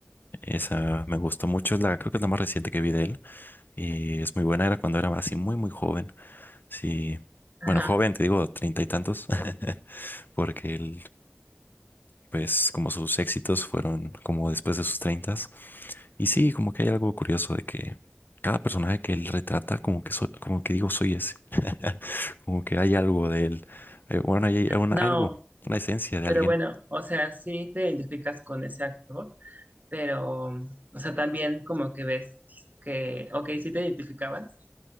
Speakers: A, on the left; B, on the right.
A: esa me gustó mucho, es la, creo que es la más reciente que vi de él y es muy buena, era cuando era así muy muy joven, sí,
B: Ajá.
A: bueno, joven, te digo, treinta y tantos, <laughs> porque él pues como sus éxitos fueron como después de sus treintas. Y sí, como que hay algo curioso de que cada personaje que él retrata, como que, so- como que digo, soy ese. <laughs> Como que hay algo de él. Eh, bueno, hay una-
B: No,
A: algo, una esencia de
B: Pero
A: alguien.
B: bueno, o sea, sí te identificas con ese actor, pero, o sea, también como que ves que, ok, sí te identificabas